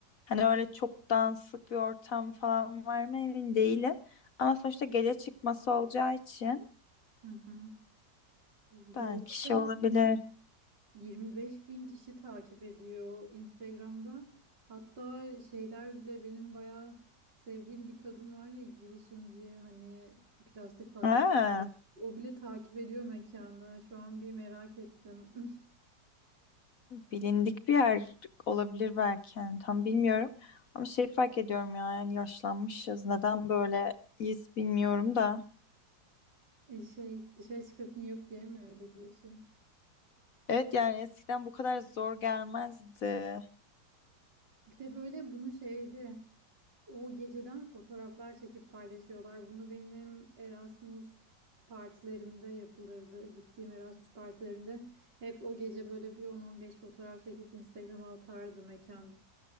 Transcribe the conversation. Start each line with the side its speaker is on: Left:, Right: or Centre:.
Left: Hani öyle çok danslık bir ortam falan var mı emin değilim. Ama sonuçta gece çıkması olacağı için
Right: Hı hı. Bu
Left: belki
Right: arada
Left: şey olabilir.
Right: 25 bin kişi takip ediyor Instagram'da. Hatta şeyler bile benim bayağı sevdiğim bir kadın var ya girişimci hani plastik fabrikası.
Left: Ha.
Right: O bile takip ediyor mekanı. Şu an bir merak ettim. <laughs>
Left: Bilindik bir yer olabilir belki yani tam bilmiyorum. Ama şey fark ediyorum ya yani yaşlanmışız. Neden böyleyiz bilmiyorum da.
Right: E, Şey dışarı çıkasın yok diye mi öyle diyorsun?
Left: Evet yani eskiden bu kadar zor gelmezdi.
Right: Bir de böyle bunu şeydi. O geceden fotoğraflar çekip paylaşıyorlar. Bunu benim Erasmus partilerimde yapılırdı. Gittiğim Erasmus partilerinde hep o gece böyle bir 10-15 fotoğraf çekip Instagram'a atardı mekan.